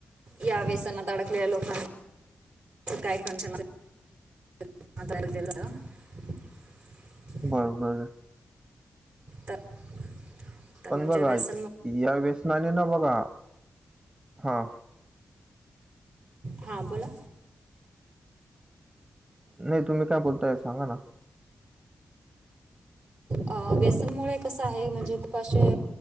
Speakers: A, on the right; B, on the right.
A: या व्यसनात अडकलेल्या लोकां काय खंचन <inaudible>
B: बरोबर.
A: त म्हणजे
B: पण बघा
A: व्यस
B: या वेसनाने ना बघा हा.
A: हा बोला.
B: नाही तुम्ही काय बोलताय सांगा ना.
A: अ व्यसनमुळे कसं आहे म्हणजे उपाशी